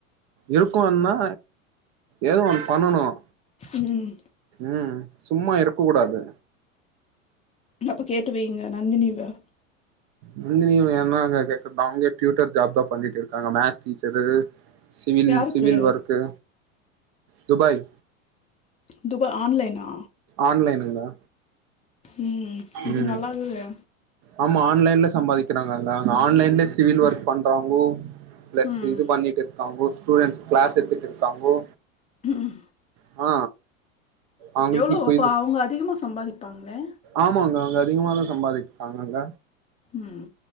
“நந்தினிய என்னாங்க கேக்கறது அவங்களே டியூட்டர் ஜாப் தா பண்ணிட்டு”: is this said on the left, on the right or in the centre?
Right